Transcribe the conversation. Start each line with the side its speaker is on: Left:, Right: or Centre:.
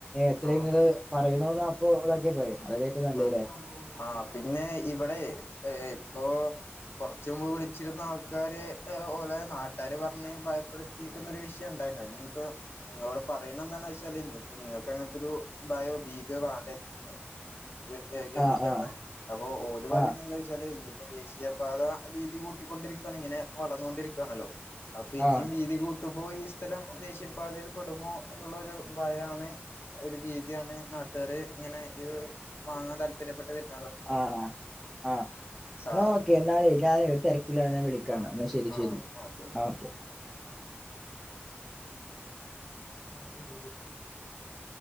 Centre: എത്രങ്ങള്
Left: ആഹ്
Centre: പറയണന്ന് അപ്പോ ഇതാക്കിയപ്പോലെ അതല്ലേ ഏറ്റവും നല്ലല്ലേ
Left: ആഹ് ആഹ് പിന്നെ ഇവിടെ ഇപ്പോ കുറച്ച് മുമ്പ് വിളിച്ചിരുന്ന ആൾക്കാര് ഓലെ നാട്ടുകാര് പറഞ്ഞ് ഭയപ്പെടുത്തിക്കുന്ന ഒരു വിഷയം ഉണ്ടായിരുന്ന ഇനിയിപ്പ നിങ്ങളോട് പറയണ എന്താണ വെച്ചാല് ഇനിയിപ്പ നിങ്ങൾക്ക് അങ്ങനത്തെ ഒരു ഭയോ ഭീതിയോ വേണ്ടന്നച്ചു വെറ്തെ ആക്കിയാതി
Centre: ആ ആ
Left: <unintelligible> അപ്പോ ഓര് പറയുന്നത്
Centre: ആ
Left: എന്താ വെച്ചാല് ഇനിയിപ്പോ ദേശീയ പാത വീതി കൂട്ടിക്കൊണ്ടിരിക്കുകയാണ് ഇങ്ങനെ വളർന്നൊണ്ടിരിക്കുകയാണല്ലോ അപ്പൊ ഇനിയും
Centre: ആ
Left: വീതി കൂട്ട കിട്ടുമ്പോ ഈ സ്ഥലം ദേശീയപാതയിൽ പെടുമോ എന്നുള്ളരു ഭയാണ് ഒരു ഭീതിയാണ് നാട്ടുകാര് ഇങ്ങനെ ഇത് വാങ്ങാൻ താല്പര്യം പെട്ട് <unintelligible>
Centre: ആഹ് ആഹ് ആഹ്
Left: സാ
Centre: എന്നാ ഓക്കെ എന്നാലെ ഞാനേ ഒരു തിരക്കിലാണ് ഞൻ വിളിക്കാംന്ന
Left: ആഹ്
Centre: എന്നാ ശരി
Left: ആഹ്
Centre: ശരി
Left: ഓക്കെ ഓക്കെ
Centre: ഒക്കെ
Left: <inaudible>